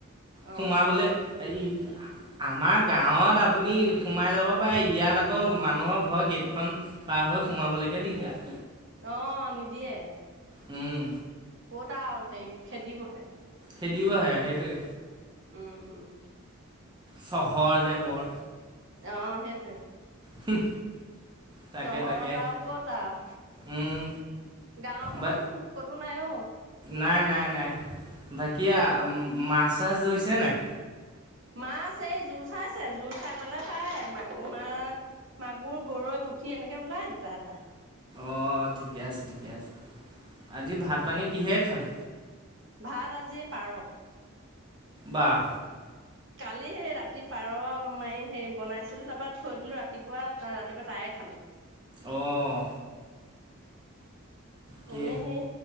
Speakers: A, on the right (about 55°); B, on the right (about 20°).
A: অ
B: সোমা বোলে
A: অ
B: ই আমাৰ গাঁৱত আপুনি সোমাই যাব পাৰে ইয়াত আকৌ মানুহৰ ঘৰ গেটখন পাৰ হৈ সোমাবলৈকে দিগদাৰ।
A: অ নিদিয়ে।
B: উম।
A: কতা আৰু হেৰি খেদিবহে।
B: খেদিব আহে সেইটোৱে।
A: উম উম।
B: চহৰ যে বৰ।
A: অ সেইটোৱে।
B: হুহ তাকে
A: চহৰত
B: তাকে
A: আৰু ক'ত আৰু
B: উম
A: গাঁৱৰ সমান
B: বা
A: সুখ ক'তো নাই অ
B: নাই নাই নাই ভাকিয়া
A: উম
B: মাছ। ক্লাছ হৈছে নাই।
A: মাছ এই জোৰ চাইছে জোৰ চাই পেলাই চাই মাগুৰ মা মাগুৰ গৰৈ পুঠি এনেকে ওলাই দুটা এটা।
B: অ', ঠিকে আছে, ঠিকে আছে, আজি ভাত পানী কিহে খালে?
A: ভাত আজি পাৰ'।
B: বাঃ।
A: কালি সেই ৰাতি পাৰ' মাৰি হে বনাইছিল, তাৰপা থৈ দিলো ৰাতিপুৱা ৰাতিপুৱা তাৰেই খালো।
B: অঁ। কি
A: এনেই সেই